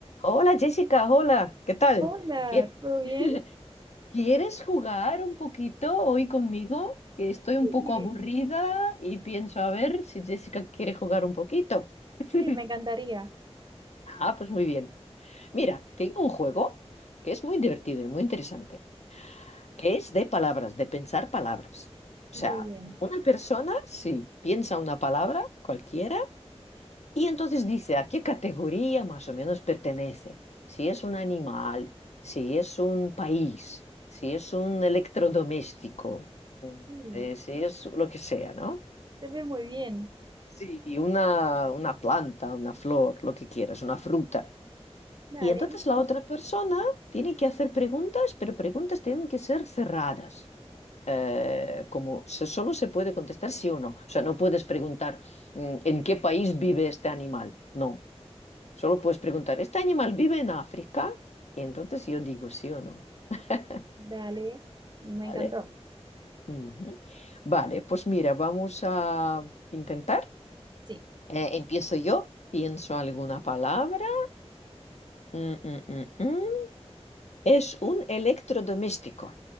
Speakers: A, on the left (about 80°); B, on the right (about 40°).
A: Hola Jessica, hola, ¿qué tal?
B: Hola,
A: ¿Qué?
B: ¿todo bien?
A: <laughs> ¿Quieres jugar un poquito hoy conmigo? Que estoy un poco
B: Bien.
A: aburrida y pienso a ver si Jessica quiere jugar un poquito. <laughs>
B: Sí, me encantaría.
A: Ah, pues muy bien. Mira, tengo un juego que es muy divertido y muy interesante, que es de palabras, de pensar palabras. O sea,
B: Muy bien.
A: una persona, si piensa una palabra cualquiera, Y entonces dice a qué categoría más o menos pertenece. Si es un animal, si es un país, si es un electrodoméstico, mm,
B: Sí,
A: eh, si es lo que sea, ¿no?
B: se ve muy bien.
A: Sí, una, una planta, una flor, lo que quieras, una fruta.
B: Dale,
A: Y entonces la otra persona tiene que hacer preguntas, pero preguntas tienen que ser cerradas. Eh, como se- solo se puede contestar sí o no. O sea, no puedes preguntar mm, en qué país vive este animal. No, Solo puedes preguntar, ¿este animal vive en África? Y entonces yo digo sí o no. <laughs>
B: dale. Me
A: ¿Vale?
B: encantó.
A: Ujú. Vale, pues mira, vamos a intentar.
B: Sí.
A: Eh, empiezo yo, pienso alguna palabra. Mm, mm, mm, mm. Es un electrodoméstico.